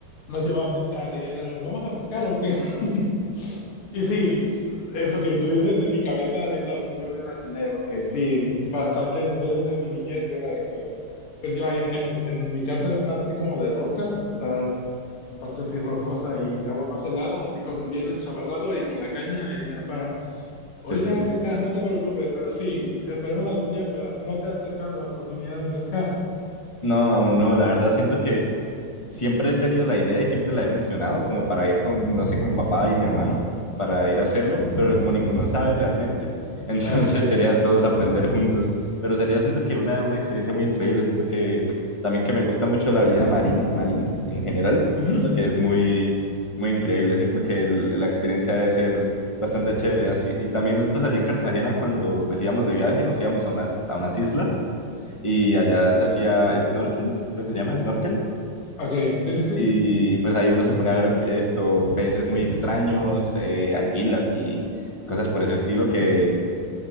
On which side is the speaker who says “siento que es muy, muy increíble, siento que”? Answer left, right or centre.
Left